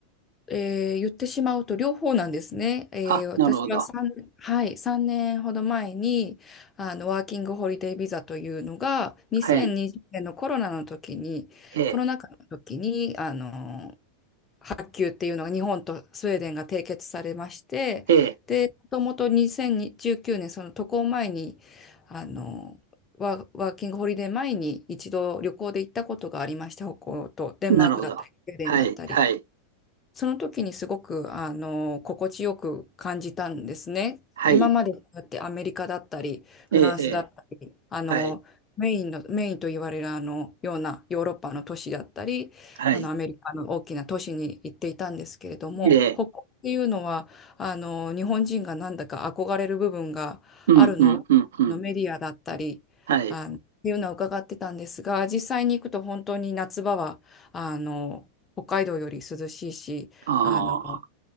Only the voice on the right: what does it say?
あ、なるほど。
はい。ええ、
ええ、
なるほど。はい、はい、
はい。
ええ、ええ、はい、はい。ええうんうんうんうん。はい。ああ、